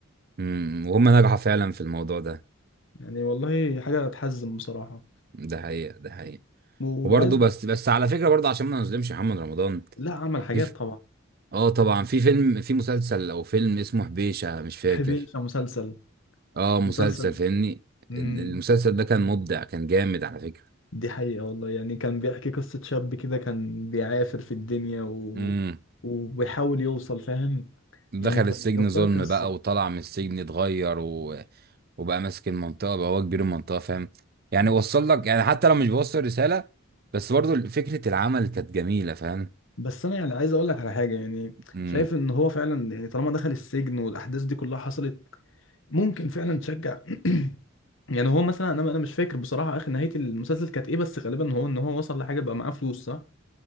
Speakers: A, on the right; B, on the left.
A: امم وهم نجحوا فعلا في الموضوع ده
B: يعني والله حاجة تحزن بصراحة
A: ده حقيقه ده حقيقه
B: وعايز
A: وبرضه بس بس على فكره برضه عشان ما نظلمش محمد رمضان
B: لا عمل حاجات
A: في ف...
B: طبعا
A: اه طبعا في فيلم في مسلسل او فيلم اسمه حبيشه مش فاكر
B: بحب يعيش على مسلسل
A: اه
B: مسلسل
A: مسلسل فاهمني
B: امم
A: ال- المسلسل ده كان مبدع كان جامد على فكره
B: دي حقيقة والله يعني كان بيحكي قصة شاب كده كان بيعافر في الدنيا و...
A: امم
B: وبيحاول يوصل فاهم
A: دخل
B: يعني كان
A: السجن
B: كان فيها
A: ظلم
B: قصة
A: بقى وطلع من السجن اتغير و... وبقى ماسك المنطقه بقى هو كبير المنطقه فاهم يعني
B: بس
A: وصل لك يعني حتى لو مش بيوصل رساله بس برضه فكره العمل كانت جميله فاهم
B: بس انا يعني عايز اقول لك على حاجه يعني
A: مم.
B: شايف ان هو فعلا يعني طالما دخل السجن والاحداث دي كلها حصلت ممكن فعلا تشجع <clears throat> يعني هو مثلا انا انا مش فاكر بصراحه اخر نهايه المسلسل كانت ايه بس غالبا هو ان هو وصل لحاجه بقى معاه فلوس صح؟